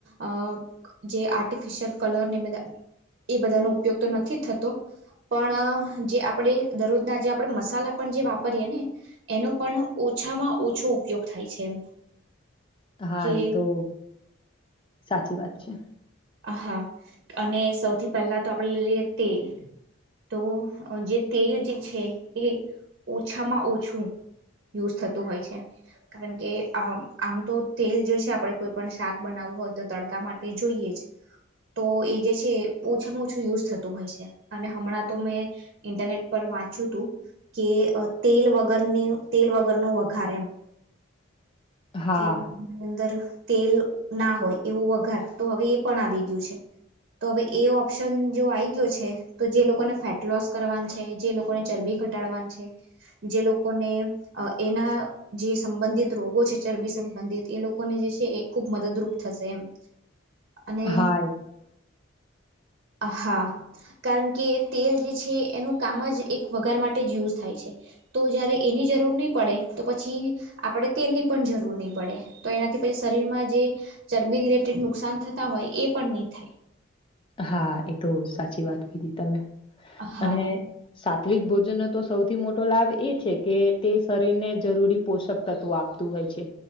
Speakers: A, on the right; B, on the left.
A: અ જે આર્ટિફિશયલ કલરને એ બધા એ બધાં નો ઉપયોગ તો નથી થતો. પણ જે આપણે દરરોજના જે આપણે મસાલા પણ જે વાપરીએ ને એનો પણ ઓછામાં ઓછો ઉપયોગ થાય છે એમ.
B: હા
A: કે
B: એ તો સાચી વાત છે.
A: હા અને સૌથી પહેલા તો આપણે લઈ લઈએ તેલ તો અ જે તેલ જે છે એ ઓછામાં ઓછું યુઝ થતું હોય છે. કારણ કે આ આમ તો તેલ જે છે આપણે કોઈ પણ શાક બનાવવું હોય તો તડકા માટે જોઈએ જ. તો એ જે છે ઓછામાં ઓછું યુઝ થતું હોય છે. અને હમણાં તો મેં ઇન્ટરનેટ પર વાંચ્યું તું. કે અ તેલ વગરની તેલ વગરનો વઘાર એમ.
B: હા,
A: કેની અંદર તેલ ના હોય એવો વઘાર. તો હવે એ પણ આવી ગયું છે. તો હવે એ ઓપ્શન જો આઈ ગયો છે તો જે લોકોને ફેટ લોસ કરવાનું છે, જે લોકોને ચરબી ઘટ ટાળવાનું છે, જે લોકોને અ એના જે સંબંધિત રોગો છે. ચરબી સંબંધિત એ લોકોને જે છે એ ખુબ મદદરૂપ થશે એમ. અને
B: હા, <inaudible>
A: હા કારણ કે તેલ જે છે એનું કામ જ એક વઘાર માટ ટે જ યુઝ થાય છે. તો જયારે એની જરૂર નહી પડે તો પછી આપણે તેલની પણ જરૂર નહીં પડે. તો એનાથી પછી શરીરમાં જે ચરબી રિલેટેડ નુકસાન થતા હોય એ પણ નહીં થાય.
B: હા એતો સાચી વાત કીધી તમે.
A: હા
B: અને સાત્વિક ભોજનનો તો સૌથી મોટો લાભ એ છે કે તે શરીરને જરૂરી પોષક તત્વો આપ તું હોય છે,